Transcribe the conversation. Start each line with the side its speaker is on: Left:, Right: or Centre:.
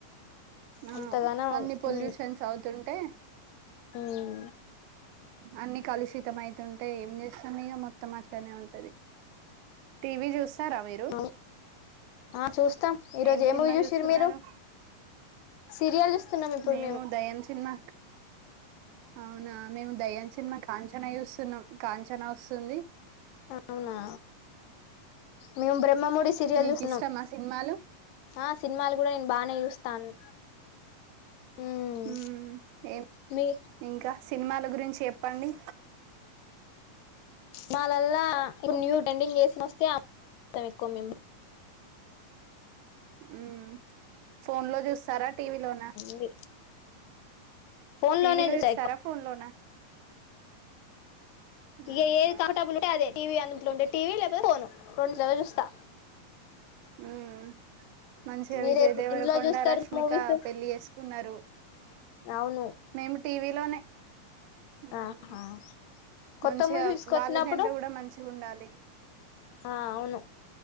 Right: ఆ
Left: అంతగానం
Right: అన్ని పొల్యూషన్స్
Left: మ్మ్
Right: అవుతుంటే
Left: మ్మ్
Right: అన్ని కలిషితమై తుంటే ఏం చేస్తాం ఈగ మొత్తం అట్లానే ఉంటది టీవి చూస్ స్తారా మీరు
Left: అవును ఆ చూస్తాం ఈ రోజు
Right: ఏం
Left: ఏ
Right: సినిమా
Left: మూవీ చూసిర్రు
Right: చూస్తున్నారు
Left: మీరు సీరియల్ చూస్తున్నాం ఇప్పుడు
Right: మేము దయ్యం సినిమా అవునా మేము దయ్యం సినిమాక్ కాంచనా చూస్తున్నాం కాంచనా వస్తుంది
Left: అవునా మేము బ్రహ్మ ముడి సీరియల్
Right: మీకిష్టమా
Left: చూస్తున్నాం
Right: సినిమాలు?
Left: ఆ సినిమాలు కూడా నేను బానే చూస్తాను మ్మ్
Right: ఉమ్ ఏం
Left: మీ
Right: ఇంకా సినిమాలు గురించి చెప్పండి
Left: మాాలల్లా ఇపుడ్ న్యూ ట్రెండింగ్ చేసిన వస్తే ఆప్తం ఎక్కువ మేము
Right: ఉమ్ ఫోన్ లో చూస్తారా టీవీ లోన
Left: మ్మ్ ఫోన్
Right: టీవీలో
Left: లోనే చూస్తా
Right: చూస్తారా
Left: ఎక్కువ
Right: ఫోన్ లోనా
Left: ఇగ
Right: ఆహా
Left: ఏది కంఫర్టబుల్ ఉంటే అదే టీవీ అందులో ఉంటే టీవి లేకపోతే ఫోను రెండుట్ల చూస్తా
Right: ఉమ్ మంచిగా
Left: మీరే
Right: విజయ దేవర
Left: ఎందులో
Right: కొండ
Left: చూస్తారు
Right: రష్మిక
Left: మూవీస్
Right: పెళ్లి చేసుకున్నారు
Left: అవును
Right: మేము టీవీలోనే ఉం
Left: ఆహా కొత్త
Right: మంచిగా
Left: మూవీ తీసుకొచ్చినప్పుడు
Right: వాళ్ళ జెంట కూడా మంచి ఉండాలి
Left: ఆ అవును